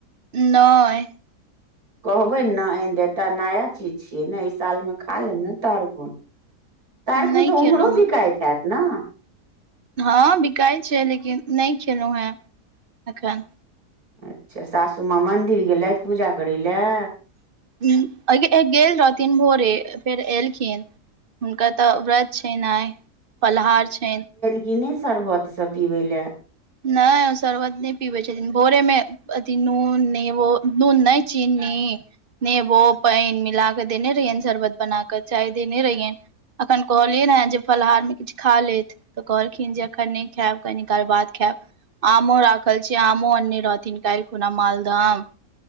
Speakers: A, on the right (about 45°); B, on the right (about 65°).
A: नै
B: कहबैन न‌ आन देे ता नया चीज छियै ने एहि सालमे खा लेब ने तर कोन तारकुन
A: नहि
B: तऽ
A: खेलौं
B: उम्हरो बिकाइत
A: हें।
B: हैत ने
A: हँ बिकाय छै लेकिन नहि खेलहुँ हेँ एखन
B: अच्छा सासू माँ मन्दिर गेलैथ पूजा करय लए
A: ह गेल रहथिन भोरे फेर एलखिन हुनका तऽ व्रत छैन‌ आय फलाहार छैन
B: किने शरबत सब पीबै लए
A: नै शरबत नहि पीबै छथिन भोरे मे अथी नून नेवो नून नै चीनी नेबो पैन मिला क देने रहियेै शरबत बना क चाय देने रहियैन अखन कहलियै ने जे फलहार में किछु खा लेत तऽ कहलखिन जे अखन नहि खायब कनी काल बाद खायब आमो राखल छै आमो अन्ने रहथिन कायल खुना मालदाम